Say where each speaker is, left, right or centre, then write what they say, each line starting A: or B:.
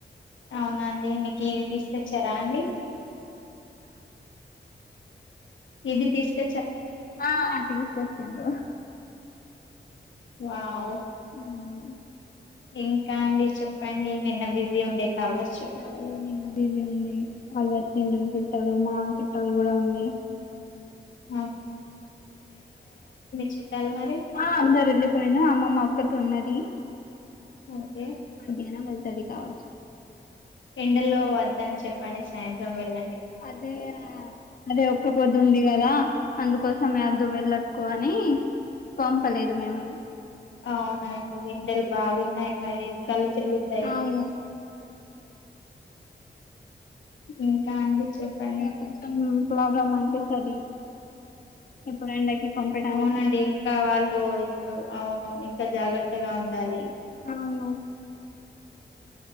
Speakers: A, on the left; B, on the left.
A: అవునాండి మీకు ఇది తీసుకొచ్చరా అండి ఇది తీసుక
B: ఆ తీస్కోచ్చింరూ
A: వావ్
B: అవును
A: ఇంకా అండి చెప్పండి నిన్న బిజీ ఉండే కావచ్చు
B: ఆ బిజి ఉండే వాళ్ళు వచ్చిండ్ర చుట్టాలు మావ చుట్టాలు కూడా ఉండే
A: ఆ చుట్టాలు మరి
B: ఆ అందరు వెళ్ళిపోయినా అమ్మమ్మ ఒక్కతి ఉన్న ది
A: ఓకే
B: మధ్యాహ్నం వెళ్తది కావచ్చు
A: ఎండలో వద్దని చెప్పండి సాయంత్రం వెళ్ళ
B: అదే అదే ఒక్క పొద్దుంది కదా అందుకోసమే అద్దు వెళ్ళకు అని పంపలేదు మేము
A: ఆహా బాగు ఉన్నాయి మరి కళ్ళు తిరుగుతాయి
B: అవును
A: ఇంకా అండి చెప్పండి
B: కొంచెం ప్రాబ్లం అనిపిస్తుంది ఇప్పుడు ఎండకి పంపడానికి
A: అవునండి ఇంకా వాళ్ళు ఇప్పుడు అవును ఇంకా జాగ్రత్తగా ఉండాలి
B: అవును